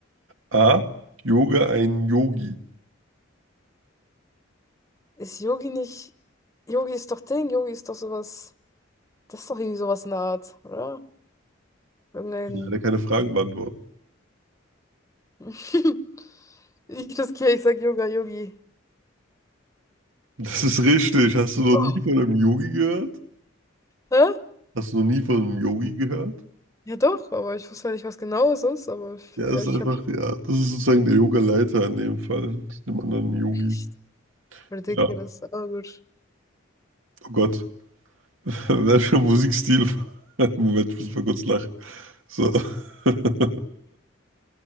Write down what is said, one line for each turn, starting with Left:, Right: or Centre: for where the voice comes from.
Right: A. Yoga einen Yogi.
Left: Ist Yogi nicht. Yogi ist doch Ding, Yogi ist doch sowas. Das ist doch irgendwie sowas in der Art, oder? Irgendein.
Right: Ich kann Leider keine Fragen beantworten.
Left: <laughs> Ich riskiere, ich sag Yoga, Yogi.
Right: Das ist richtig. Hast du noch
Left: Oh.
Right: nie von einem Yogi gehört?
Left: Hä?
Right: Hast du noch nie von einem Yogi gehört?
Left: Ja doch, aber ich wusste ja nicht, was genau es ist, aber ich,
Right: Ja,
Left: ja,
Right: ist
Left: ich
Right: einfach,
Left: habe
Right: ja, das ist sozusagen der Yoga-Leiter in dem Fall, dem anderen Yogi.
Left: echt ridiculous.
Right: Ja,
Left: Aber gut.
Right: oh Gott. <laughs> Welcher Musikstil? <laughs> Moment, ich muss mal kurz lachen. So. <laughs>